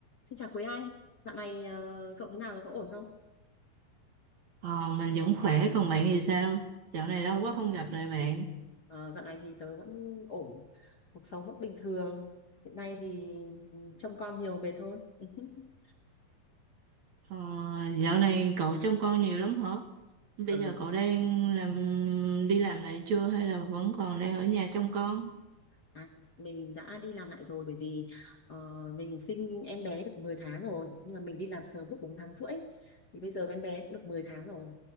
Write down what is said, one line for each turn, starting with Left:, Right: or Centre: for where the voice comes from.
Left: Xin chào Quế Anh, dạo này ờ, cậu thế nào rồi, có ổn không?
Right: Ờ, mình vẫn khỏe, còn bạn thì sao? Dạo này lâu quá không gặp lại bạn.
Left: Ờ, dạo này thì tớ vẫn ổn, cuộc sống vẫn bình thường. Hiện nay thì ừ, trông con nhiều mệt thôi. <laughs>
Right: Ờ, dạo này cậu trông con nhiều lắm hả? Bây
Left: Ừ,
Right: giờ cậu đang làm đi làm lại chưa hay là vẫn còn đang ở nhà trông con?
Left: à, mình đã đi làm lại rồi bởi vì ờ, mình sinh em bé được 10 tháng rồi, nhưng mà mình đi làm sớm lúc 4 tháng rưỡi. Thì bây giờ em bé cũng được 10 tháng rồi.